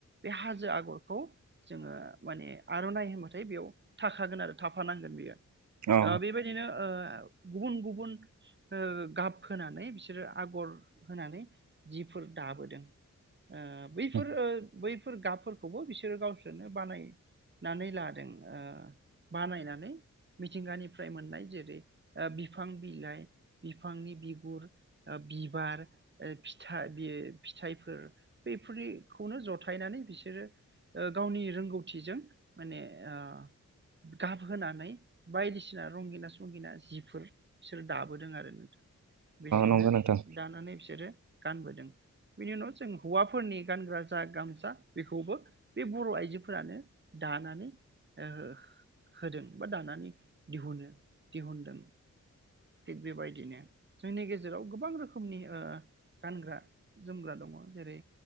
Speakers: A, on the right; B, on the right.
A: बे हाजो आगरखौ जोङो माने आर'नाइ होनबाथाय बेयाव थाखागोन आरो थाफानांगोन बेयो ओ
B: अ
A: बेबायदिनो ओ गुबुन गुबुन गाब ओ होनानै बिसोरो आगर होनानै जिफोर दाबोदों ओ बैफोर
B: अ
A: ओ बैफोर गाब खौबो बिसोरो गावसोरनो बानायनानै लादों ओ बानायनानै मिथिंगानिफ्राय मोननाय जेरै ओ बिफां बिलाइ बिफांनि बिगुर ओ बिबार ओ फिथा बे फिथाइफोर बेफोरखौनो जथायनानै बिसोरो ओ गावनि रोंगौथिजों माने आ गाबहोनानै बायदिसिना रंगिना संगिना जि फोर बिसोर दाबोदों आरो नोंथां बेजोंनो
B: नंगौ नोंथां
A: दानानै बिसोरो गानबोदों बेनि उनाव जों हौवाफोरनि गानग्रा जा गामसा बेखौबो बे बर आइजोफोरानो दानानै ओ होदों बा दानानै दिहुनो दिहुनदों थिग बेबायदिनो जोंनि गेजेराव गोबां रोखोमनि ओ गानग्रा जोमग्रा दङ जेरै